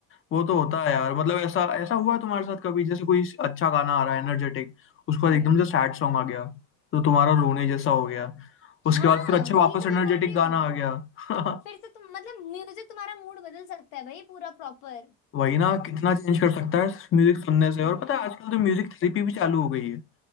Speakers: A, on the left; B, on the left.
A: वो तो होता है यार मतलब ऐसा ऐसा हुआ है तुम्हारे साथ कभी जैसे कोई अच्छा गाना आ रहा है एनर्जेटिक उसके
B: हम्म
A: बाद एकदम से सैड सॉन्ग आ गया तो तुम्हारा रोने जैसा हो गया उसके
B: हाँ
A: बाद फिर अच्छा
B: वही
A: वापस
B: तो
A: एनर्जेटिक
B: मैं बोल रही
A: गाना
B: हूँ
A: आ गया <laughs>
B: फिर से तुम मतलब म्यूजिक तुम्हारा मूड बदल सकता है भाई पूरा प्रॉपर
A: वही ना कितना चेंज कर सकता है म्यूजिक सुनने से
B: हम्म
A: और पता है आजकल तो म्यूजिक थेरेपी भी चालू हो गई है